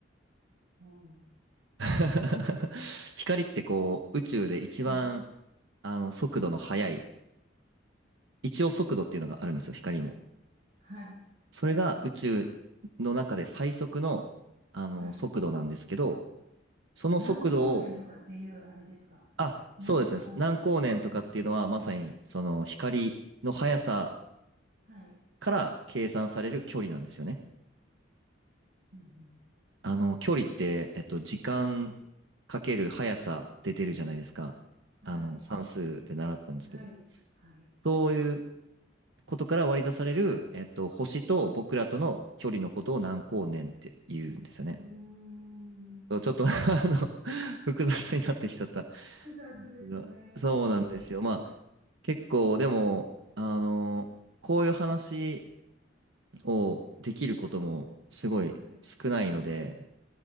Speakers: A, on the right (about 60°); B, on the right (about 80°).
A: うん。
B: <laughs> 光ってこう、宇宙で一番、
A: はい。
B: あの、速度の速い、一応速度っていうのがあるんですよ、光も。
A: はい。
B: それが宇宙の中で最速の、あの、
A: はい。
B: 速度なんですけど、その速度を、
A: 何光年とかっていうあれですか
B: あ、
A: 何光年。
B: そうですね。何光年とかっていうのは、
A: はい。
B: まさに、その、光の速さ
A: はい。
B: から計算される距離なんですよね。
A: うんうん
B: あの、距離って、えっと、時間かける速さで出るじゃないですか。
A: はい。
B: あの、算数で習ったんですけど。
A: はい。はい。
B: そういうことから割り出される、えっと、星と僕らとの距離のことを何光年って言うんですよね。
A: うーん。
B: そうちょっと <laughs> あの、複雑になってきちゃったんですけど。
A: 複雑ですね。
B: そうなんですよ。まあ結構でも、あのこういう話をできることもすごい少ないので、
A: はい。